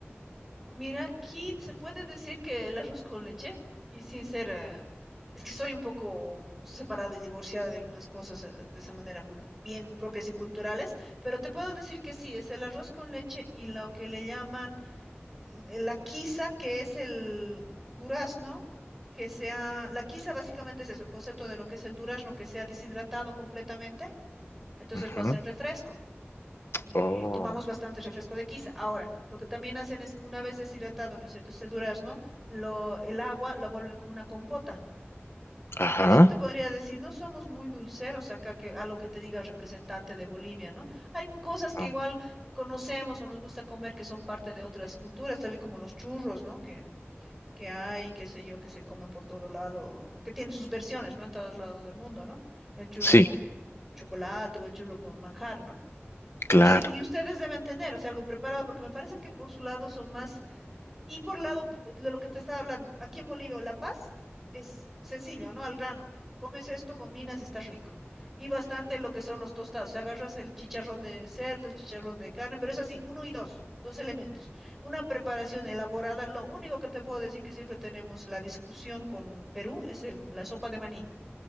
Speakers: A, in the centre; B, on the left.
A: Mira, Kit se puede decir que el arroz con leche, y sin ser, eh, es que soy un poco separada y divorciada de algunas cosas eh, de esa manera mm, bien propias y culturales, pero te puedo decir que sí, es el arroz con leche y lo que le llaman l- la quiza, que es el durazno, que sea, la quiza básicamente es eso, el concepto de lo que es el durazno, que sea deshidratado completamente, entonces
B: Ujú.
A: lo hacen refresco. eh,
B: Oh,
A: tomamos bastante refresco de quiza. Ahora, lo que también hacen es, una vez deshidratado, ¿no es cierto? Este durazno, lo, el agua la vuelven como una compota.
B: ajá.
A: Eso te podría decir, no somos muy dulceros acá, que a lo que te diga el representante de Bolivia, ¿no? Hay cosas que
B: Mm,
A: igual conocemos o nos gusta comer que son parte de otras culturas, también como los churros, ¿no? Que, que hay, qué sé yo, que se comen por todo lado, que tienen sus versiones, ¿no? En todos lados del mundo, ¿no? El churro
B: sí,
A: con chocolate o el churro con manjar, ¿no? Pero
B: claro.
A: sí, y ustedes deben tener, o sea, algo preparado, porque me parece que por su lado son más, y por lado eh, de lo que te estaba hablando, aquí en Bolivia o La Paz es sencillo, ¿no? Al grano. Comes esto, combinas, está rico. Y bastante lo que son los tostados. O sea, agarras el chicharrón de cerdo, el chicharrón de carne, pero es así, uno y dos, dos elementos. Una preparación elaborada. Lo único que te puedo decir que siempre tenemos la discusión con Perú es el- la sopa de maní